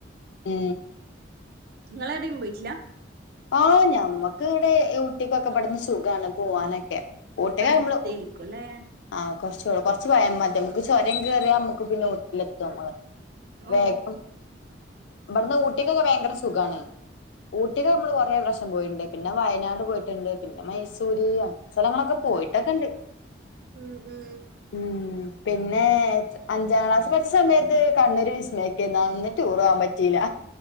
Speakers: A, on the left; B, on the right.
A: ഉം
B: നിങ്ങളെഎവടീം പോയിട്ടില്ല
A: ആഹ ഞമ്മക്ക് ഇവിടെ ഊട്ടിക്കൊക്കെ ഇവിടുന്ന് സുഖാണ് പോവാനൊക്കെ ഊട്ടി
B: അടുത്തായിരിക്കും
A: നമ്മള്
B: അല്ലെ
A: ആഹ് കൊറച്ചൊള്ളു കൊറച്ചുപോയാമതി നമക്ക് ചോരം കയറിയാ നമുക്ക് പിന്നെ ഊട്ടിലെത്തും
B: ഓ
A: വേഗം ഇവിടുന്ന് ഊട്ടിക്കൊക്കെ ഭയങ്കര സുഖമാണ് ഊട്ടിക്കോ നമ്മള് കുറേ പ്രശ്നം പോയിണ്ട് പിന്നെ വയനാട് പോയിട്ടുണ്ട് പിന്നെ മൈസൂര് അഹ സ്ഥലങ്ങളൊക്കെ പോയിട്ടൊക്കെ ഉണ്ട്
B: ഉം ഉം
A: ഉം പിന്നെ അഞ്ചാം ക്ലാസ് പഠച്ച സമയത്ത് കണ്ണൂർ വിസ്മയക്കെന്നു അന്ന് ടൂർ പോകവാൻ പറ്റിയില്ല